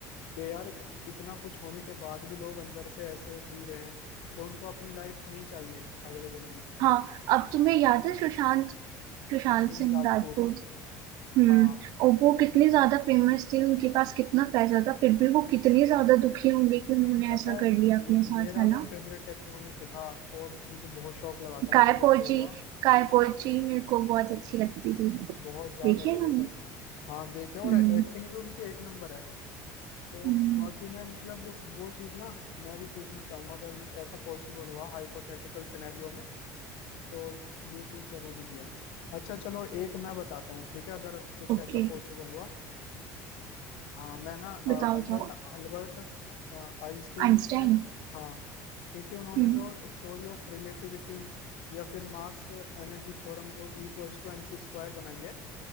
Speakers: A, on the left (about 80°); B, on the right (about 60°).
A: कि यार इतना कुछ होने के बाद भी लोग अंदर से ऐसे जी रहे हैं कि उनको अपनी लाइफ नहीं चाहिए अगले जन्म में
B: हाँ अब तुम्हें याद है सुशांत सुशांत
A: सिंह
B: सिंह
A: राजपूत
B: राजपूत हम्म
A: हाँ
B: और वो कितने ज्यादा फेमस थे उनके पास कितना पैसा था फिर भी वो कितने ज्यादा दुखी होंगे कि उन्होंने
A: पता
B: ऐसा
A: है
B: कर लिया
A: मे,
B: अपने साथ
A: मेरा
B: है ना
A: वो फेवरेट एक्टरों में से था और मुझे बहुत शौक लगा था
B: काय
A: मुझे जब
B: पोची
A: वो हुआ
B: काय पोची मेरे को बहुत अच्छी लगती थी
A: बहुत ज्यादा
B: देखिए
A: जबरदस्त
B: ना
A: हाँ देखे और
B: हम्म
A: एक्टिंग भी उनकी एक नंबर है तो
B: हम्म
A: बाकी मैं मतलब वो चीज ना मैं भी पूछना चाहूंगा अगर मु- ऐसा पॉसिबल हुआ हाइपोथेटिकल सिनेरियो में तो ये चीज जरूरी भी है अच्छा चलो एक मैं बताता हूँ ठीक है अगर कुछ
B: ओके
A: ऐसा पॉसिबल हुआ हाँ मैं ना अ,
B: बताओ
A: अल्बर्ट
B: बताओ
A: अल्बर्ट अ, आइंस्टीन
B: आइंस्टाइन
A: से हाँ क्योंकि उन्होंने
B: हम्म
A: जो थ्योरी ऑफ रिलेटिविटी या फिर मास एनर्जी थ्योरम जो E equals to M C square बनाई है